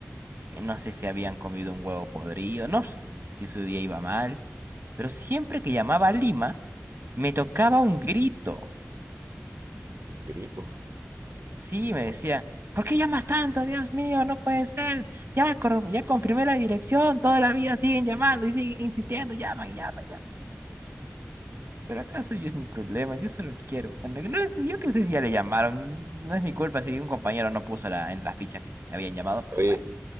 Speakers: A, on the right; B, on the right.
A: eh, no sé si habían comido un huevo podrido, no sé si su día iba mal, pero siempre que llamaba a Lima, me tocaba un grito.
B: Un grito,
A: Sí,
B: ¿cómo
A: me decía,
B: así?
A: ¿por qué llamas tanto? Dios mío, no puede ser. Ya, cor- ya confirmé la dirección, toda la vida siguen llamando y siguen insistiendo, llaman, llaman, llaman. Pero acaso yo es mi problema, yo solo quiero. Bueno, que no es- yo qué sé si ya le llamaron, no es mi culpa si un compañero no puso la, en la ficha que ya habían llamado, pues
B: Oye,
A: bueno.